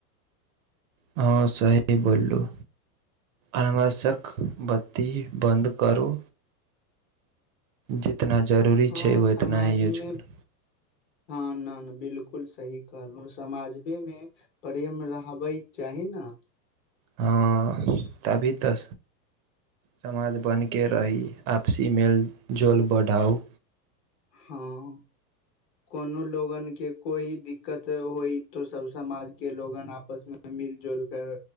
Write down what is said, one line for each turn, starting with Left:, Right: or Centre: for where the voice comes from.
Right: हँ सही बोललू। अनावश्यक बत्ती बन्द करू। जितना जरूरी
Left: हँ
Right: छैय ओतना
Left: समाजमे
Right: ही यूज करू।
Left: हँ नहि नहि बिलकुल सही कहलहु समाजमेे मे प्रेम रहबै। चाही ने
Right: हँ तभी तऽ समाज बनके रही। आपसी मेल जोल बढ़ाउ।
Left: हँ। कोनो लोगन के कोई दिक्कत होई तो सब समाज के लोगन आपस मे मिलजुल कर